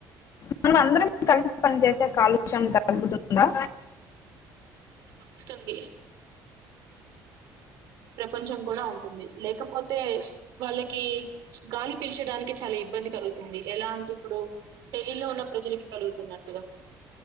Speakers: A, on the left; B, on the right.
A: మనం అందరం కలిసి పని చేసే కాలుష్యం తగ్గుతుందా
B: తగ్గుతుంది కొంచం కూడా ఉంటుంది లేకపోతే వాళ్ళకి గాలి పిల్చడానికి చాలి ఇ ఇబ్బంది కలుగుతుంది ఎలా అంటే ఇప్పుడు ఢిల్లీలో ఉన్న ప్రజలకి కలుగుతున్నట్టుగా